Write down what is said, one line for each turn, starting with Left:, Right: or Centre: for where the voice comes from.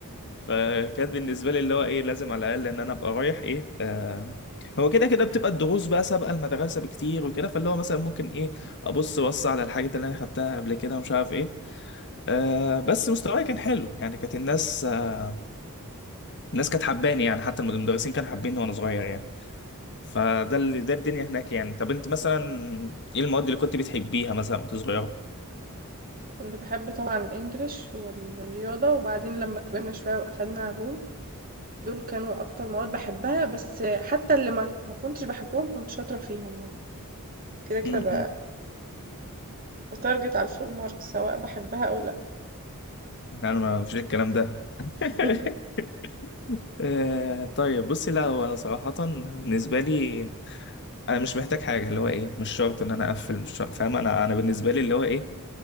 Left: فكانت بالنسبه لي اللي هو ايه لازم على الاقل ان انا ابقى رايح ايه آه هو كده كده بتبقى الدروس بقى سابقه المدرسه بكتير وكده فاللي هو مثلا ممكن ايه ابص بص على الحاجات اللي انا خدتها قبل كده ومش عارف ايه آه بس مستواي كان حلو يعني كانت الناس آه، الناس كانت حباني يعني حتى المدرسين كانوا حابيني وانا صغير يعني فده اللي ده الدنيا هناك يعني طب انت مثلا ايه المواد اللي كنت بتحبيها مثلا وانت صغيره
Right: كنت باحب طبعًا الEnglish والرياضة وبعدين لمّا كبرنا شوية وأخدنا علوم دول كانوا أكتر مواد باحبها، بس حتى اللي ما ما كنتش باحبهم كنت شاطرة فيهم يعني، كده، كده
Left: امم
Right: ب باتارجت على الfull marks سواء باحبها أو لأ.
Left: انا ما فيش الكلام ده
Right: <laughs>
Left: <laughs> آه، طيب بصي لا هو انا صراحه بالنسبه لي انا مش محتاج حاجه اللي هو ايه مش شرط ان انا اقفل مش شرط فاهم انا انا بالنسبه لي اللي هو ايه